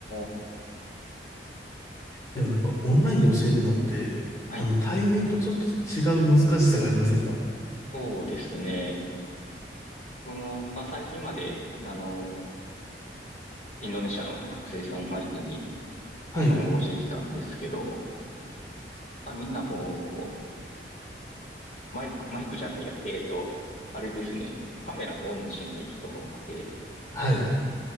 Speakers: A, on the left; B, on the left.
A: あ、
B: でもなんか、オンラインで教えるのって、
A: はい。
B: あの、対面とちょっと違う難しさがありませんか
A: そうですね。僕も、まあ、最近まで、あの、インドネシアの学生さん相手に
B: はい。
A: 日本語を教えてたんですけど、やっぱみんなこう、マイク、マイクじゃないや、えーと、あれですね。カメラをオンにしない人が多くて、
B: はい。